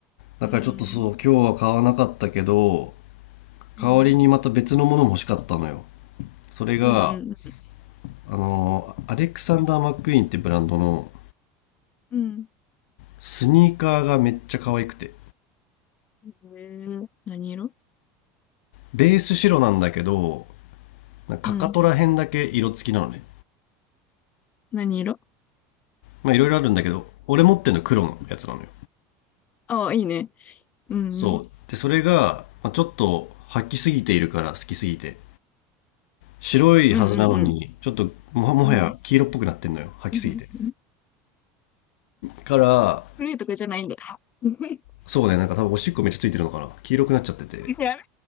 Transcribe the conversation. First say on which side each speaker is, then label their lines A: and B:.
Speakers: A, on the left; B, on the left.
A: だからちょっとそう、
B: うん。
A: 今日は買わなかったけど、
B: うん。
A: 代わりにまた別のものも欲しかったのよ。それが、
B: うん。うん。
A: あの、アレクサンダー・マックイーンってブランドの
B: うん。
A: スニーカーがめっちゃ可愛くて。
B: へえ何色
A: ベース白なんだけど、なんかかかとら辺だけ色付きなのね。
B: うん。何色
A: まあいろいろあるんだけど、俺持ってるの黒のやつなのよ。
B: ああ、いいね。うん。
A: そう。
B: うん。
A: で、それが、まあ、ちょっと吐きすぎているから、好きすぎて。白いはずなのに、
B: うん。うん。
A: ちょっとも、もはや黄色っぽくなってんのよ。
B: うん。うん。
A: 吐きすぎて。
B: うんうん
A: から、
B: グレーとかじゃないんだ。<laughs>
A: そうね、なんか多分おしっこめっちゃついてるのかな。黄色くなっちゃってて。
B: やめ